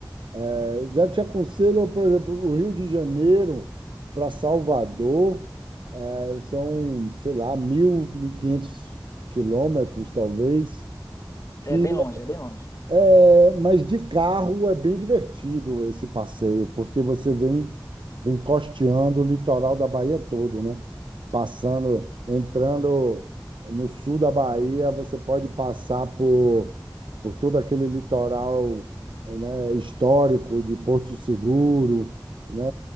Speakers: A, on the right; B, on the left.
A: eh, já te aconselho, por exemplo, o Rio de Janeiro para Salvador eh, são, sei lá, mil, mil e quinhentos quilômetros, talvez, que
B: É bem longe, é bem longe.
A: É, mas de carro é bem divertido esse passeio, porque você vem, vem costeando o litoral da Bahia todo, né? Passando, entrando no sul da Bahia, você pode passar por, por todo aquele litoral, né, histórico de Porto Seguro, né,